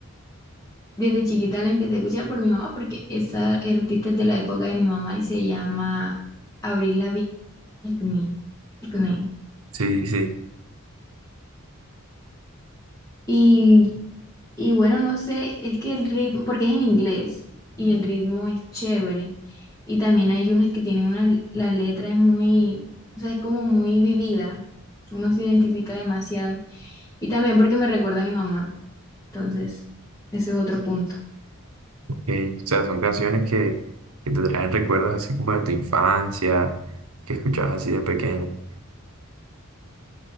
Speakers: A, on the left (about 15°); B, on the right (about 80°).
A: Desde chiquita la empecé a escuchar por mi mamá porque esa artista es de la época de mi mamá y se llama... Abril Lavigne Pickney, Pickney.
B: Sí, sí.
A: Y, y bueno, no sé, es que el ritmo, porque es en inglés y el ritmo es chévere. Y también hay unas que tienen una, la letra es muy, o sea, es como muy vivida. Uno se identifica demasiado. Y también porque me recuerda a mi mamá. Entonces, ese es otro punto.
B: que, o sea, son canciones que, que te traen recuerdos así como de tu infancia, que escuchabas así de pequeño.